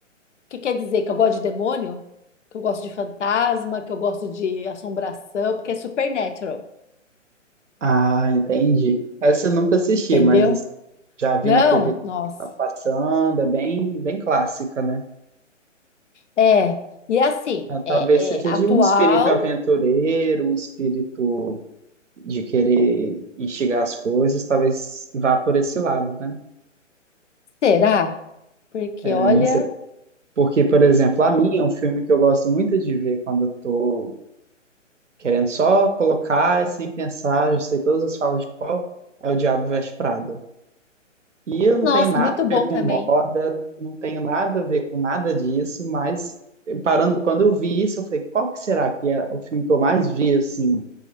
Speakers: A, on the left (about 65°); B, on the right (about 70°).
A: que quer dizer? Que eu gosto de demônio? Que eu gosto de fantasma? Que eu gosto de assombração? Porque é supernatural,
B: Ah, entendi. Essa eu nunca assisti,
A: entendeu?
B: mas Já vi
A: Não?
B: na TV
A: Nossa.
B: passando, é bem, bem clássica, né?
A: É, e assim,
B: Ah, Talvez
A: é
B: seja
A: é atual,
B: de um espírito aventureiro, um espírito de querer instigar as coisas, talvez vá por esse lado, né?
A: será? Porque,
B: É,
A: olha...
B: eu não sei. Porque, por exemplo, a minha é um filme que eu gosto muito de ver quando eu tô querendo só colocar sem pensar, já sei todas as falas de qual é o Diabo Veste Prada. E eu não
A: Nossa,
B: tenho nada
A: muito
B: a
A: bom
B: ver com
A: também.
B: moda, não tenho nada a ver com nada disso, mas eh, parando, quando eu vi isso, eu falei, qual que será que é o filme que eu mais vi assim?